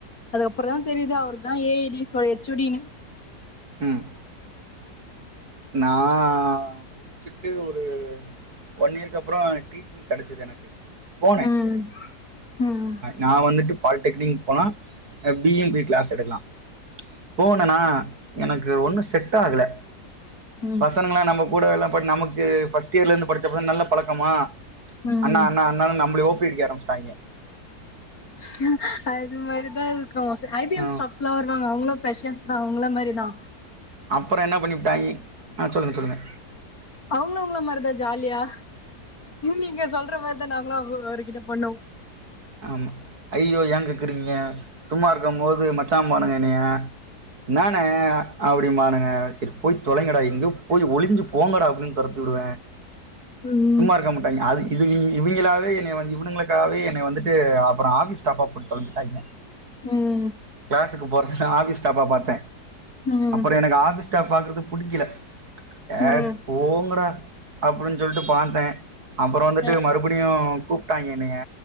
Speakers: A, on the left (about 55°); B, on the right (about 65°).
A: அதுக்கப்பறோ தா தெரியுது அவர்தா ஏ ஏ டி எஸ் ஓட எச் ஓ டி னு
B: ம் நா முடிச்சுட்டு ஒரு ஒன் இயர்க்கப்றோ டீச்சிங் கெடச்சதெனக்கு போன
A: ம் ம்
B: நா வந்துட்டு பால்டெக்னிக் போலா ஹ பி இ போய் க்ளாஸ் எடுக்லா போனனா எனக்கு ஒன்னு செட்டா டாகல
A: ம்
B: பசனுங்ளா நம்போ கூட எல்லா பட் நமுக்கு ஃபஸ்டியர்லிருந்து படிச்சப்ப நல்லா பழக்கமா
A: ம்
B: அண்ணா அண்ணா அண்ணானு நம்மளயோ <unintelligible> ஆரம்ச்சிட்டாய்ங்க
A: ஹ அது மாரிதா இருக்கு ஸு ஐ பி
B: ஆ
A: எம் ஸ்டாஃப்ஸ்லா வருவாங்க அவுங்ளு ஃபிரஷர்ஸ் தா உங்கள மாரி தா
B: அப்பற என்ன பண்ணிபுட்டாய்ங்கி ஆ சொல்லுங்க சொல்லுங்க
A: அவுங்ளு உங்கள மாரிதா ஜாலியா நீங்க சொல்ற மார்தா நாங்களு அவுங்கொ அவுர்கிட்ட பண்ணோ
B: ஆமா ஐயயோ ஏங் கேக்குறீங்க சும்மா இருக்கம் போது மச்சாம்பானுங்க என்னய என்னானே அப்படிம்பானுங்க செரி போய் தொலைங்கடா எங்கோ போய் ஒளிஞ்சு போங்கடா அப்டின் தொரத்தி உடுவ
A: ம்
B: சும்மா இருக்க மாட்டாய்ங்க அது இது இ இவிங்களாவே என்னைய வந் இவனுங்களுக்காவே என்னைய வந்து ட்டு அப்பறொ ஆஃபீஸ் ஸ்டாஃப்பா போட்டு தொலஞ்சுட்டாய்ங்க
A: ம்
B: க்ளாஸ் க்கு போறதில்ல ஆஃபிஸ் ஸ்டாஃப்பா பாத்தே
A: ம்
B: அப்பறொ எனக்கு ஆஃபிஸ் டாஃப் பாக்கறது புடிக்கல ஏய்
A: ம்
B: போங்கடா அப்டின்னு சொல்ட்டு பான்த்த அப்பறொ வந்துட்டு
A: ம்
B: மறுபடியு கூப்ட்டாங்க என்னைய